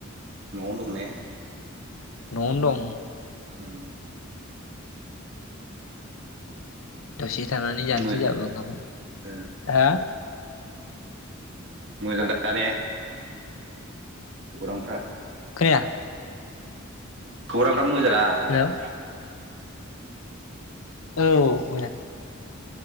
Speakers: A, on the right (about 60°); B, on the left (about 80°).
A: न'आव दं ने?
B: न'यावनो दं।
A: <inaudible>
B: दसे थानानै जानोसै
A: मो
B: जाबो ओंखाम खौ
A: ओ
B: हा?
A: मोजां दा ने? खौरांफ्रा?
B: खोनाया।
A: खौरांफ्रा मोजांदा होनदां?
B: हेल' औ मोजां।